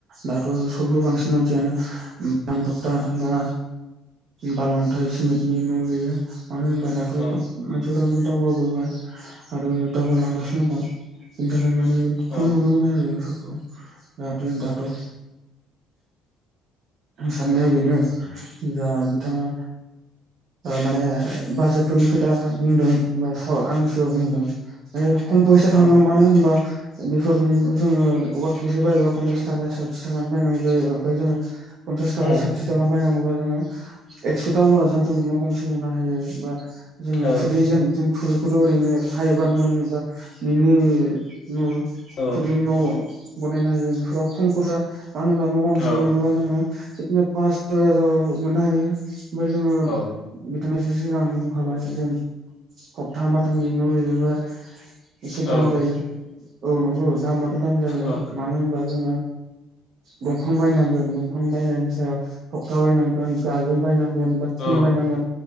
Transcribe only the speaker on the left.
औ
औ
औ
उम
औ
औ
औ
औ
औ
औ
औ
औ